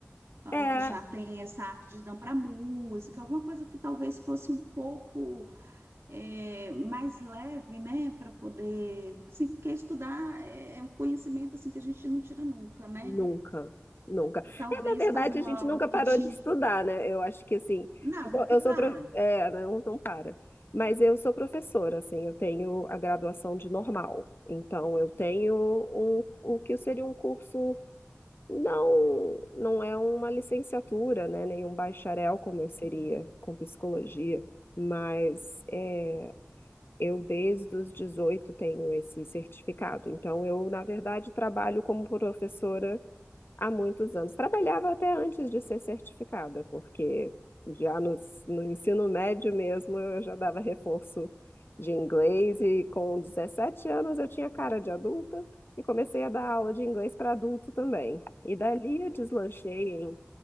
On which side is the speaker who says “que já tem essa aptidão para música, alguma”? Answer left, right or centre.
Right